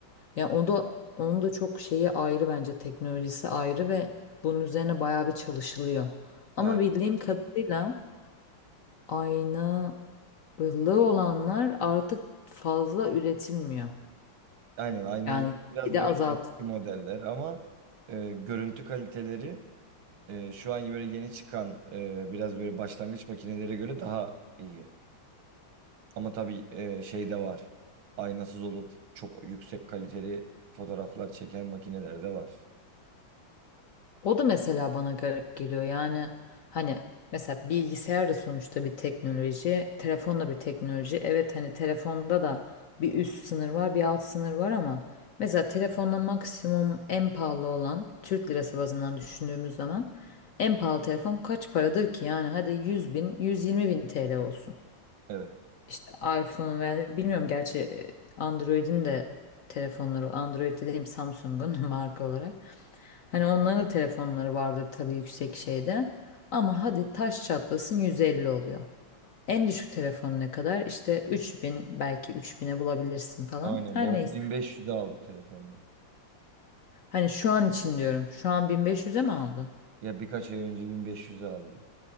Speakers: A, on the left; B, on the right.
A: Ya o da onun da çok şeyi ayrı bence teknolojisi ayrı ve bunun üzerine bayağı bir çalışılıyor. Ama
B: Aynen.
A: bildiğim kadarıyla aynalı olanlar artık fazla üretilmiyor.
B: Aynen aynalı
A: Yani
B: biraz
A: bir de
B: böyle
A: azalt
B: eski modeller ama e, görüntü kaliteleri e, şu an böyle yeni çıkan e, biraz böyle başlangıç makinelere göre daha iyi. Ama tabii e, şey de var. Aynasız olup çok yüksek kaliteli fotoğraflar çeken makineler de var.
A: O da mesela bana garip geliyor. Yani hani mesela bilgisayar da sonuçta bir teknoloji, telefon da bir teknoloji. Evet hani telefonda da bir üst sınır var, bir alt sınır var ama mesela telefonla maksimum en pahalı olan Türk lirası bazından düşündüğümüz zaman en pahalı telefon kaç paradır ki? Yani hadi 100 bin, 120 bin TL olsun.
B: Evet.
A: İşte iPhone veya bilmiyorum gerçi e, Android'in de telefonları Android dediğim Samsung'un <laughs> marka olarak. Hani onların da telefonları vardır tabii yüksek şeyde. Ama hadi taş çatlasın 150 oluyor. En düşük telefon ne kadar? İşte üç bin belki üç bine bulabilirsin falan.
B: Aynen.
A: Her
B: Babam
A: neyse.
B: 1500'e aldı telefonunu.
A: Hani şu an için diyorum. Şu an 1500'e mi aldı?
B: Ya birkaç ay önce 1500'e aldı.